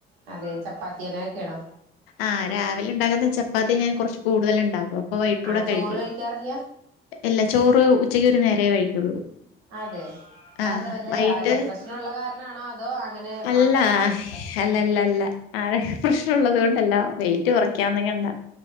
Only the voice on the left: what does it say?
ആഹ് രാവിലെ ഉണ്ടാകുന്ന ചപ്പാത്തി ഞാൻ കുറച്ച് കൂടുതൽ ഉണ്ടാക്കും അപ്പം വൈകിടുട്ടെ
കഴിക്കും
ഇല്ല ചോറ് ഉച്ചക്ക് ഒരു നേരേ കഴിക്കുള്ളൂ
ആഹ്
വൈകിട്ട്
അല്ല
അല്ലല്ലല്ല ആരോഗ്യ പ്രശ്നം ഉള്ളത് കൊണ്ടല്ലോ വെയിറ്റ് കുറയ്ക്കന്നങ്ങണ്ട